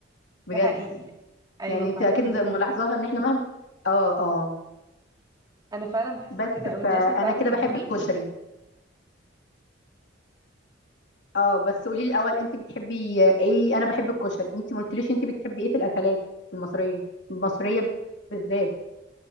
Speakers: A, on the right (about 20°); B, on the left (about 65°).
A: ده
B: بجد
A: حقيقي أيوة
B: يعني
A: فعلا
B: انت اكيد
A: انت
B: ملاحظاها ان احنا مهما اه اه
A: أنا فعلا بحس
B: بس
A: بكده أوي
B: فانا
A: أنتي أصلا بتعرفي
B: كده
A: تطبخي
B: بحب الكشري اه بس قولي لي الاول انت بتحبي ايه انا بحب الكشري انت ما قلتليش انت بتحبي ايه في الاكلات المصريه المصريه بالذات